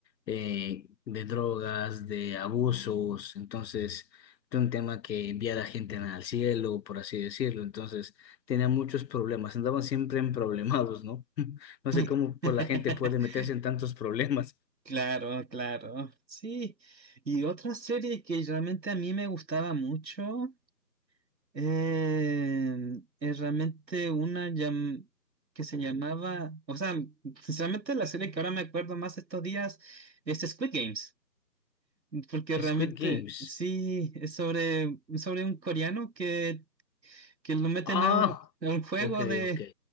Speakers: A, on the left; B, on the right.
A: eh, de drogas, de abusos, entonces era un tema que envía a la gente al cielo, por así decirlo, entonces tenían muchos problemas, andaban siempre en problemados, ¿no? <laughs> No
B: Sí.
A: sé cómo pues,
B: <laughs>
A: la gente puede meterse en tantos problemas.
B: Claro, claro, sí. Y otra serie que realmente a mí me gustaba mucho eh, es realmente una llam- que se llamaba, o sea, sinceramente la serie que ahora me acuerdo más estos días es Squid Games. Porque realmente
A: Squid Games.
B: sí, es sobre, sobre un coreano que, que lo meten
A: Ah,
B: a un, a un juego
A: ok,
B: de,
A: ok.